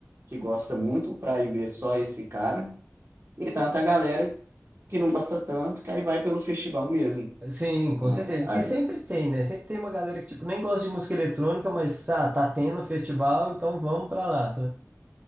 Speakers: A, on the right; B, on the right.
A: que gosta muito pra ir ver só esse cara e tanta galera que não gosta tanto, que aí vai pelo festival mesmo,
B: Sim, com
A: né?
B: certeza.
A: Aí,
B: Que sempre tem, né? Sempre tem uma galera que, tipo, nem gosta de música eletrônica, mas ah, tá tendo festival, então vamos pra lá, sabe?